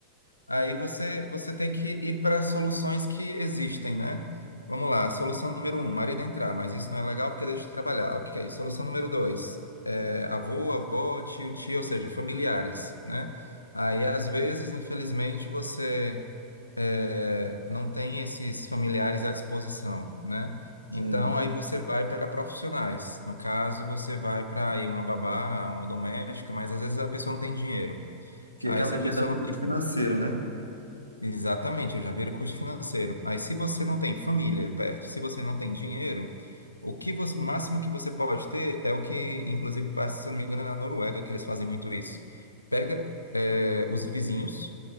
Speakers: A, on the left; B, on the right.
A: Aí você, você tem que ir para soluções que existem, né? Vamos lá, solução número um, marido entrar, mas isso não é legal porque deixa de trabalhar. Ok, solução número dois, é, avô, avó, tio, tia, ou seja, familiares, né? Aí, às vezes, infelizmente, você é, não tem esses familiares à disposição, né?
B: Sim.
A: Então, aí você vai para profissionais. No caso, você vai para aí uma babá, uma doméstica, mas às vezes a pessoa não tem dinheiro.
B: Que
A: Aí,
B: acaba
A: se a pessoa
B: gerando
A: não
B: custo
A: tem
B: financeiro, né?
A: Exatamente, eu já vi o custo financeiro. Aí, se você não tem família perto, se você não tem dinheiro, o que você, o máximo que você pode ter é o que, inclusive, passa, se eu não me engano, é na Noruega que eles fazem muito isso. Pega, eh, os vizinhos